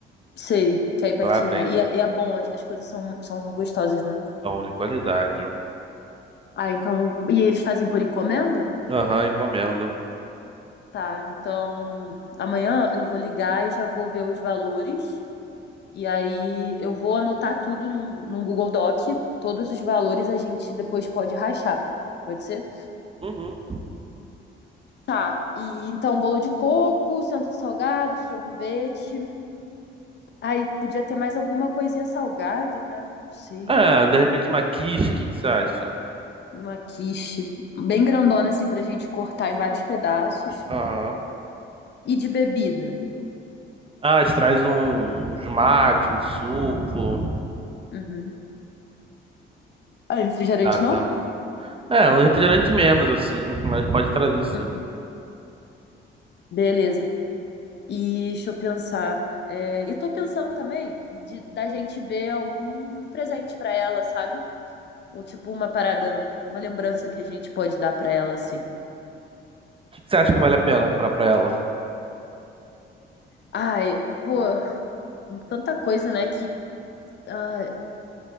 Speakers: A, on the left; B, on the right.
A: sei, que é aí pertinho,
B: Lá vende.
A: né? E é, e é bom, as, as coisas são, são gostosas, né?
B: São de qualidade.
A: Ah, então. E eles fazem por encomenda?
B: Aham, encomenda.
A: Tá, então amanhã eu vou ligar e já vou ver os valores. E aí eu vou anotar tudo num, num Google Doc. Todos os valores a gente depois pode rachar. Pode ser?
B: Uhum.
A: Tá. E então, bolo de coco, centro de salgado, sorvete. Aí podia ter mais alguma coisinha salgada, né? Não sei.
B: Ah, de repente uma quiche, o que que você acha?
A: Uma quiche. Bem grandona, assim, pra gente cortar em vários pedaços.
B: Aham.
A: E de bebida.
B: Ah, te traz um, uns mate, um suco,
A: Uhum. Ah, refrigerante
B: saca?
A: não?
B: É, um refrigerante menos, assim, mas pode trazer sim.
A: Uhum.
B: O
A: Beleza. E deixa eu pensar. É, eu tô pensando também de, da gente ver algum presente pra ela, sabe? Ou tipo uma parada, uma lembrança que a gente pode dar pra ela, assim.
B: que que você acha que vale a pena comprar pra ela?
A: Ai, pô, tanta coisa, né? Que ah,